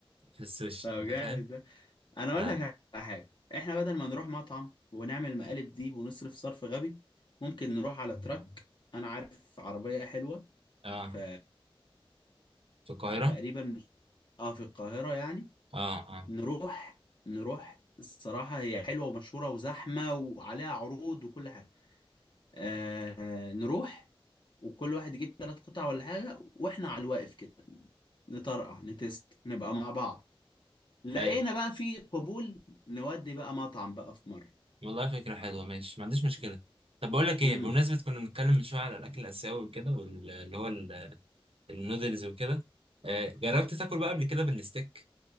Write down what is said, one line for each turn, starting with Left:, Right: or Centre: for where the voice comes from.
Right: في السوشيال
Left: طب
Right: انت
Left: جامد
Right: فاهم
Left: ده انا اقول
Right: اه
Left: لك على حاجه احنا بدل ما نروح مطعم ونعمل المقالب دي ونصرف صرف غبي ممكن نروح على تراك انا عارف عربيه حلوه
Right: اه
Left: في
Right: في القاهره
Left: تقريبا اه في القاهره يعني
Right: اه اه
Left: نروح نروح الصراحة هي حلوة ومشهورة وزحمة وعليها عروض وكل حاجة آه نروح وكل واحد يجيب ثلاث قطع ولا حاجة واحنا على الواقف كده نطرقع نتست نبقى مع بعض لقينا
Right: أيوة.
Left: بقى في قبول نودي بقى مطعم بقى في مرة
Right: والله فكرة حلوة ماشي ما عنديش مشكلة طب بقول لك ايه
Left: امم
Right: بمناسبة كنا بنتكلم من شوية على الأكل الآسيوي وكده واللي هو ال- النودلز وكده آه، جربت تاكل بقى قبل كده بالستيك